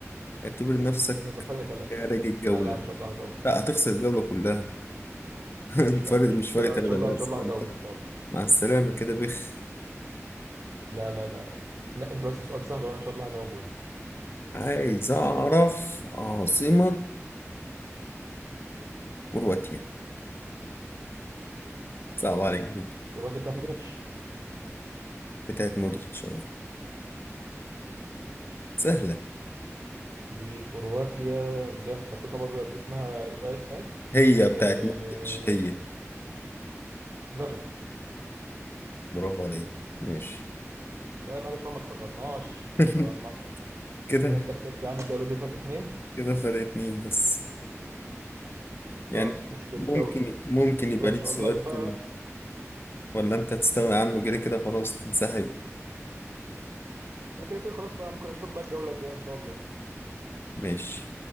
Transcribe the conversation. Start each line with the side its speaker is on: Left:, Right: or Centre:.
Left: اعتبر نفسك
Right: هيبقى فرق تلاته
Left: خارج الجولة
Right: لا لا ان شاء الله هجاوب
Left: لا هتخسر الجولة كلها <laughs>
Right: ماشي يا
Left: فرق
Right: عم مش
Left: مش
Right: مشكله
Left: فرق تلاتة
Right: ان شاء الله ان
Left: بس
Right: شاء الله
Left: ده
Right: هجاوب
Left: أنت
Right: ان شاء الله
Left: مع السلامة كده بخ
Right: لا لا لا لا انت بس سؤال سهل وانا ان شاء الله هجاوبه يعني
Left: عايز أعرف عاصمة كرواتيا صعب عليك دي
Right: كرواتيا بتاعت مودريتش
Left: بتاعت مودريتش أهو. سهلة
Right: دي كرواتيا اللي هي مخططه بقى دي اسمها يبقى اس ايه
Left: هي بتاعت
Right: إيه،
Left: مودريتش هي
Right: زغرب
Left: برافو عليك ماشي
Right: لا عيب عليك بقى ما تصغرناش
Left: <laughs>
Right: ما تصغرناش
Left: كده
Right: كده انت كسبت يا عم الجوله دي فرق اتنين
Left: كده فرق اتنين بس
Right: خلاص
Left: يعني
Right: مش مشكله
Left: ممكن
Right: الجوله
Left: ممكن يبقى
Right: ان
Left: ليك
Right: شاء
Left: سؤال
Right: الله بقى
Left: كمان ولا انت هتستغنى عنه كده كده خلاص تنسحب
Right: لا كده كده خلاص بقى ممكن اشوفك بقى الجوله الجايه ان شاء الله
Left: ماشي